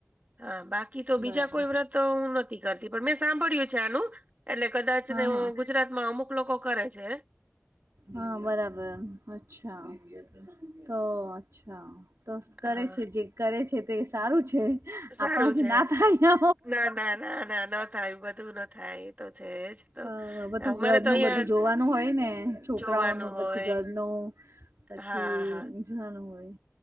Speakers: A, on the right; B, on the right.
A: હા બાકી તો બીજા
B: બરાબર
A: કોઈ વ્રત હું નથી તી પણ મેં સાંભળ્યું છે આનું એટલે કદાચ
B: હા
A: ને
B: હા
A: ગુજરાતમાં અમુક લોકો કરે છે
B: હા બરાબર અચ્છા તો અચ્છા તો કરે
A: હા
B: છે જે કરે છે તે સારું છે
A: સારું
B: આપણા જ
A: છે.
B: ના થાય
A: ના ના ના ના ન થાય બધું ન થાય એ તો છે જ તો
B: હ બધું
A: અમારે
B: ઘરનું
A: તો અહિયાં
B: બધું જોવાનું હોય ને છોકરાઓનું
A: જોવાનું
B: પછી
A: હોય
B: ઘરનું પછી
A: હા હા.
B: જોવાનું હોય